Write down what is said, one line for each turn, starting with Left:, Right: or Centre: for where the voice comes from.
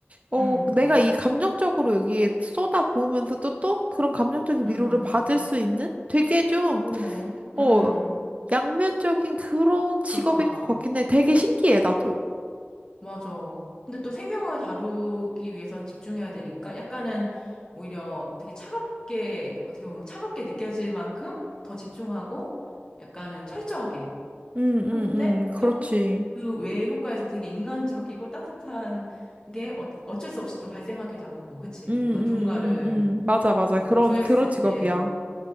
Right: 어,
Left: 음,
Right: 내가 이 감정적으로 여기에 쏟아부으면서도 또 그런 감정적인
Left: 음,
Right: 위로를 받을 수 있는 되게 좀,
Left: 그렇네. 음,
Right: 어, 양면적인 그런 직업인
Left: 그렇다.
Right: 것 같긴 해. 되게 신기해, 나도.
Left: 맞아. 근데 또 생명을 다루기 위해서는 집중해야 되니까 약간은 오히려 되게 차갑게, 어떻게 보면 차갑게 느껴질 만큼 더 집중하고 약간은 철저하게
Right: 응,
Left: 하는데
Right: 응, 응, 그렇지.
Left: 또 그 외의 효과에서 되게 인간적이고 따뜻한 게 어, 어쩔 수 없이 또 발생하기도 하고, 그치?
Right: 응,
Left: 뭔가
Right: 응,
Left: 누군가를
Right: 응, 응. 맞아, 맞아.
Left: 뭔가
Right: 그런,
Left: 구했을
Right: 그런 직업이야.
Left: 때,